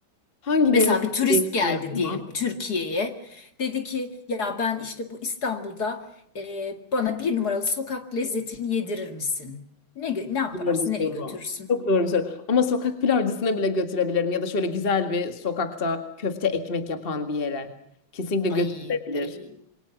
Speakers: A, on the left; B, on the left.
A: Hangi
B: Mesela
A: birini
B: bir turist
A: sevdiğimi
B: geldi
A: bilmiyorum
B: diyelim
A: ama.
B: Türkiye'ye. Dedi ki ya ben işte bu İstanbul'da e, bana bir numaralı sokak lezzetini yedirir misin? Ne, gö- ne yaparsın?
A: Zor bir soru.
B: Nereye götürürsün?
A: Çok zor bir soru. Ama sokak pilavcısına bile götürebilirim ya da şöyle güzel bir sokakta köfte ekmek yapan bir yere. Kesinlikle götürülebilir.
B: Ay, ay.